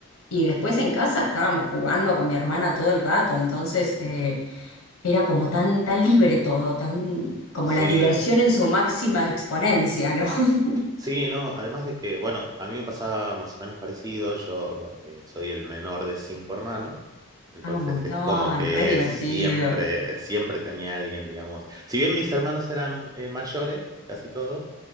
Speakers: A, on the left; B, on the right.
A: Y después en casa estábamos jugando con mi hermana todo el rato, entonces eh, era como tan, tan libre todo, tan como
B: Sí,
A: la diversión en su máxima exponencia, ¿no? <laughs>
B: Sí, no, además de que, bueno, a mí me pasaba más o menos parecido, yo eh, soy el menor de cinco hermanos, entonces
A: Ah, un montón,
B: es como que
A: re divertido.
B: siempre, siempre tenía alguien, digamos, si bien mis hermanos eran eh, mayores, casi todos,